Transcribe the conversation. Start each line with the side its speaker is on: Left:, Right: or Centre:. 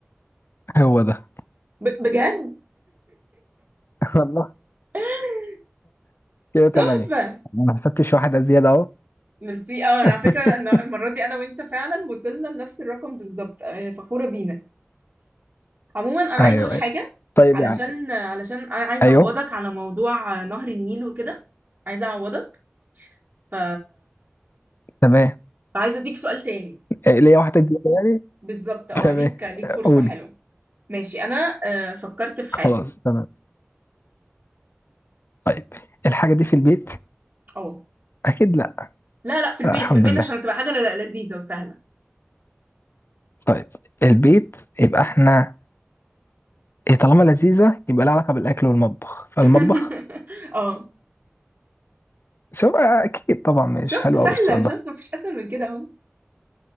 Left: هو ده
Right: ب... بجد
Left: <laughs> الله
Right: <laughs>
Left: كده تمانية
Right: تحفة
Left: ما حسبتش واحدة زيادة اهو
Right: ميرسي اه
Left: <laughs>
Right: على فكرة أنا- المرة دي انا وانت فعلا وصلنا لنفس الرقم بالظبط آه، فخورة بينا عموما انا
Left: ايوه
Right: عايزة اقول حاجة
Left: أيوة. طيب
Right: علشان
Left: يعني
Right: علشان انا عايزة
Left: ايوه
Right: اعوضك على موضوع آه، نهر النيل وكده عايزة اعوضك ف
Left: تمام
Right: فعايزة اديك سؤال تاني
Left: آه، ليا واحدة زيادة
Right: بالظبط اه
Left: <laughs> تمام
Right: ليك ليك فرصة
Left: قولي
Right: حلوة ماشي انا آه، فكرت في
Left: خلاص
Right: حاجة
Left: تمام طيب الحاجة دي في البيت
Right: اه
Left: أكيد لا,
Right: لا لا في البيت
Left: لا الحمد
Right: في البيت
Left: لله
Right: عشان تبقى حاجة ل- لذيذة وسهلة
Left: طيب البيت يبقى احنا إيه طالما لذيذة يبقى لها علاقة بالأكل والمطبخ فالمطبخ
Right: <laughs> اه
Left: شوف آه، أكيد طبعا مش
Right: شفت
Left: حلو
Right: سهلة
Left: أوي السؤال
Right: شفت
Left: ده
Right: مفيش اسهل من كده اهو